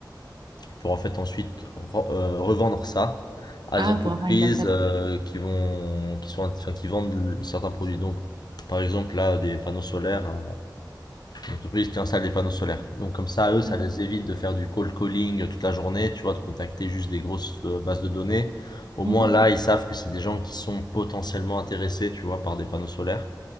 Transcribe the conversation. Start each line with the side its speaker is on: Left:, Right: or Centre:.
Left: pour en fait ensuite re- euh, revendre ça à
Right: Ah,
Left: des entreprises
Right: pour avoir une database.
Left: euh, qui vont, qui sont, enfin, qui vendent certains produits. Donc, par exemple, là, des panneaux solaires L'entreprise qui installe des panneaux solaires. Donc comme ça, eux, ça
Right: Ouais.
Left: les évite de faire du cold calling toute la journée, tu vois, de contacter juste des grosses euh, bases de données. Au
Right: Mhm.
Left: moins là, ils savent que c'est des gens qui sont potentiellement intéressés, tu vois, par des panneaux solaires.